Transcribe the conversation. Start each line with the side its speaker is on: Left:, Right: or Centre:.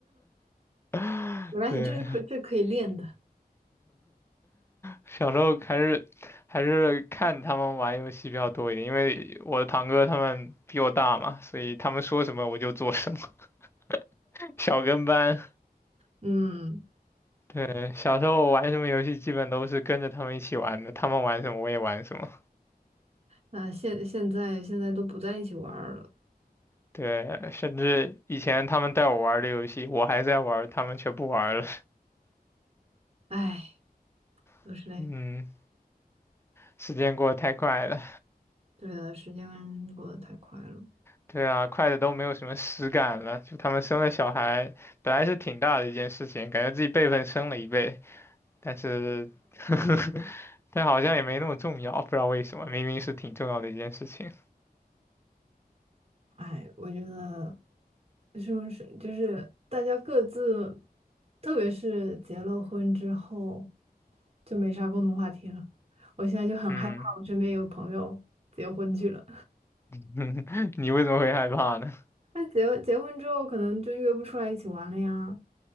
Left: <laughs>
Right: 没关系，
Left: 对，
Right: 这是可这可以练的。
Left: 小时候还是还是看他们玩游戏比较多一点，因为我的堂哥他们比我大嘛，所以他们说什么我就做什么，<laughs> 小跟班。
Right: 嗯，
Left: 对，小时候玩什么游戏基本都是跟着他们一起玩的，他们玩什么我也玩什么。
Right: 那现现在现在都不在一起玩儿了，
Left: 对，甚至以前他们带我玩儿的游戏，我还在玩儿他们却不玩儿了。
Right: 唉，都是累。
Left: <laughs> 嗯，时间过得太快了。
Right: 对的，时间过得太快了。
Left: 对啊，快的都没有什么实感了。就他们生了小孩，本来是挺大的一件事情，感觉自己辈分升了一倍，但是，<laughs> 但好像也没那么重要，不知道为什么，明明是挺重要的一件事情。
Right: 哎，我觉得是不是就是大家各自，特别是结了婚之后，就没啥共同话题了。我现在就很害怕，
Left: 嗯，
Right: 我身边有朋友结婚去了，
Left: <laughs> 你为什么会害怕呢？
Right: 那结结婚之后可能就约不出来一起玩了呀。